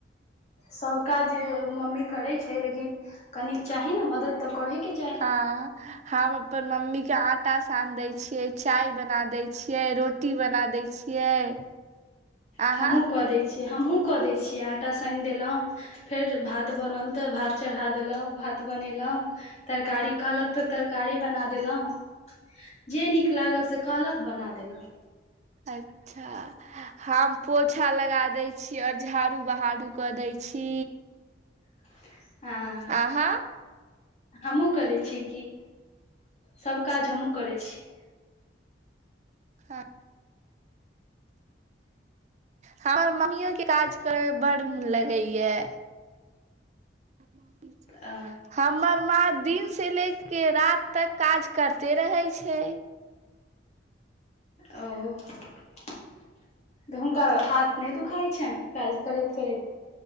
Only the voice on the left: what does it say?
सब काज जे मम्मी करे छै लेकिन कन चाही ने मदद तऽ करे के
हमहूँ कऽ दै छियै हमहूँ कऽ दै छियै आटा सानि देलहुँ फेर भात बनल तऽ भात चढ़ा देलहुँ भात बनेलहुँ तरकारी कहलक तऽ तरकारी बना देलहुँ जे नीक लागल से कहलक बना देलक
<inaudible> हँ
हमहु करै छी कि सब
काज हमहूँ करै छी
आ
ओ तऽ हुनका हाथ नहि दुखाइ छनि काज करैत करैत